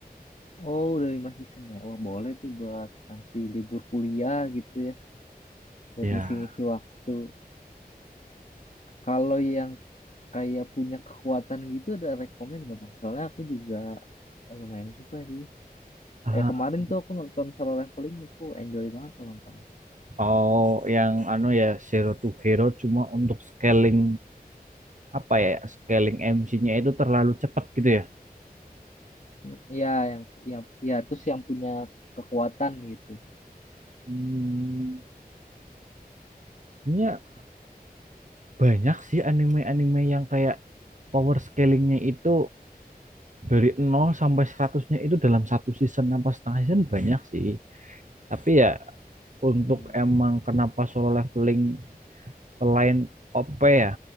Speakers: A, on the left; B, on the right.
A: Oh, udah lima season ya. Wah, boleh tuh buat nanti libur kuliah gitu ya. Buat
B: Ya.
A: ngisi-ngisi waktu. Kalau yang kayak punya kekuatan gitu ada rekomen nggak Bang? Soalnya aku juga lumayan suka sih.
B: Ah,
A: ya kemarin tuh aku nonton solo leveling aku enjoy banget tuh nonton
B: Oh, yang anu ya Zero to Hero cuma untuk scaling apa ya? Scaling MC-nya itu terlalu cepat gitu ya.
A: Hmm, Iya yang yang ya terus yang punya kekuatan gitu
B: Hmm, sebenarnya banyak sih anime-anime yang kayak power scalingnya itu dari 0 sampai 100-nya itu dalam satu season apa setengah season banyak sih. Tapi ya untuk
A: Hmm.
B: emang kenapa solo leveling selain OP ya